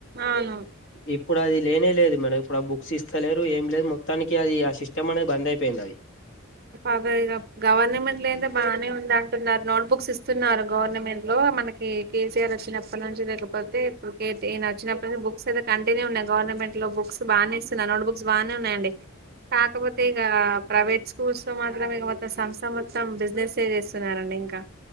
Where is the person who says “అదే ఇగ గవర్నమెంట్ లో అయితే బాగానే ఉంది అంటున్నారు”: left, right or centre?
Right